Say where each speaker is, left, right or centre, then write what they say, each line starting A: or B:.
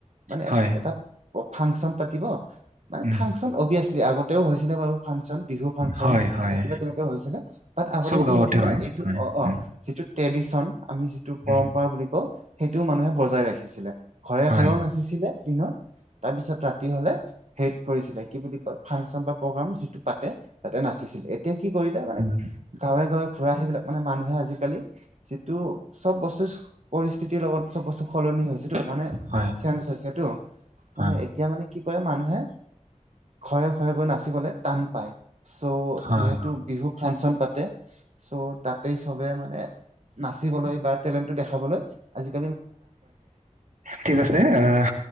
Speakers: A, on the right; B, on the right.
A: মানে
B: হয়
A: এটা ফাংচন পাতিব মানে
B: উম
A: ফাংচন অভিয়াচ আগতেও হৈছিলে বাৰু ফাংচন বিহু ফাংচন।
B: হয় হয়
A: বা কিবা তেনেকা হৈছিলে বাত আগতে
B: চব
A: কি
B: গাঁৱতে
A: আছিলে
B: হয়
A: এইটো
B: হয়
A: অ অ
B: উম
A: যিটো ট্ৰেডিশন আমি যিটো, পৰম্পৰা
B: উম
A: বুলি ক সেইটোও মানুহে বজাই ৰাখিছিলে ঘৰে
B: হয়
A: ঘৰেও নাচিছিলে। ত তাৰপিছত ৰাতি হলে হে কৰিছিলে কি বুলি কয় ফাংচন বা প্ৰগ্ৰ যিটো। পাতে তাতে নাচিছিলে এতিয়া কি কৰিলে মানে
B: উম
A: গাঁৱে গাঁৱে ঘুৰা আহে ইবিলাক, মানে মানুহে আজিকালি যিটো চব বস্তু পৰিস্থিতি। লগত চব বস্তু সলনি হৈছেটো মানে
B: হয়
A: চেজ হৈছেটো মানে
B: হয়
A: এতিয়া মানে কি। মানুহে ঘৰে ঘৰে গৈ নাচিবলে টান পায় চ'
B: হয়
A: যিহেতু বিহু ফাংচন পাতে চ' তাতেই চবে মানে নাচিবলে বা টেলেণ্টটো দেখাবলৈ আজি।
B: ঠিক আছে আহ